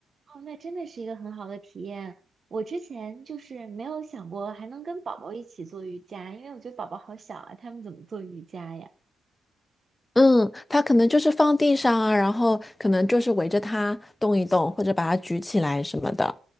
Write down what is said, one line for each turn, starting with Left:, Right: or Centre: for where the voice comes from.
Right: 哦，那真的是一个很好的体验。我之前就是没有想过还能跟宝宝一起做瑜伽，因为我觉得宝宝好小啊，他们怎么做瑜伽呀？
Left: 嗯，它可能就是放地上啊，然后可能就是围着它动一动，或者把它举起来什么的。